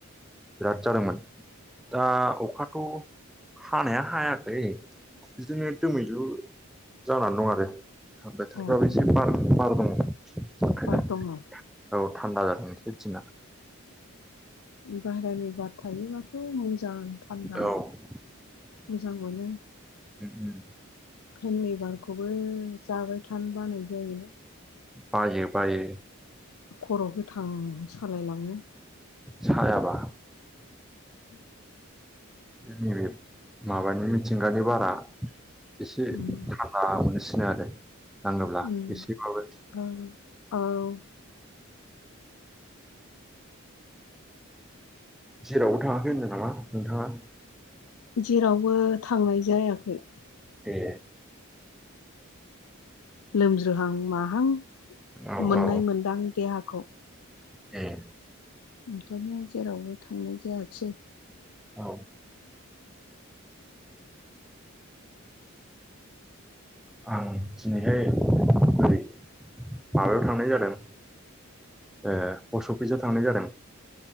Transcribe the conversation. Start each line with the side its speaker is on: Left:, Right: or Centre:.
Centre: बिराद जादोंमोन दा अखाथ' हानाया हायाखै बिदिनो दोमैलु जानानै दं आरो बोथोरफ्राबो
Left: अ अ
Centre: एसे बार दङ बेखायनो
Left: बार दङ उम
Centre: औ थान्दा जादोंसो दिना
Left: बायेरानि बाद थायोबाथ' मा मोजां थान्दा
Centre: उम
Left: मोजां मोनो
Centre: उम
Left: फेननि बारखौबो जाबाय थानो बानाय जायोना
Centre: बायो बायो
Left: खर गोथां सालायलाङो
Centre: सायाबा
Left: <inaudible>
Centre: नैबे माबानि मिथिंगानि बारा एसे
Left: उम
Centre: थानदा मोनसिनो आरो नाङोब्ला
Left: उम
Centre: एसेबाबो
Left: औ औ
Centre: जेरावबो थाङाखै होनदों नामा नोंथाङा
Left: जेरावबो थांनाय जायाखै
Centre: ए
Left: लोमज्रोहां माहां
Centre: औ
Left: मोननाय
Centre: औ
Left: मोनदां देहाखौ
Centre: ए
Left: ओंखायनो जेरावबो थांनाय जायाखिसै
Centre: औ आं दिनैहाय ओरै माबायाव थांनाय जादों ओ पस्ट अफिसाव थांनाय जादों